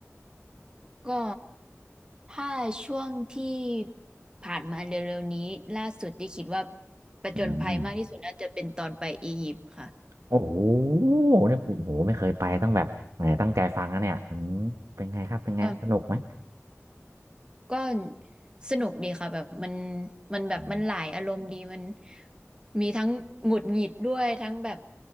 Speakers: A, on the right (about 15°); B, on the right (about 80°).
A: ก็ถ้าช่วงที่ผ่านมาเร็วๆนี้ล่าสุดที่คิดว่าประจนภัยมากที่สุดน่าจะเป็นตอนไปอียิปต์ค่ะ
B: อืมโอ้โหเนี่ยผมโอ้โหไม่เคยไปต้องแบบแหมตั้งใจฟังนะเนี่ยอืมเป็นไงครับเป็นไงสนุกไหม
A: ก็ก็สนุกดีค่ะแบบมันมันแบบมันหลายอารมณ์ดีมัน
B: อืม
A: มีทั้งหงุดหงิดด้วยทั้งแบบ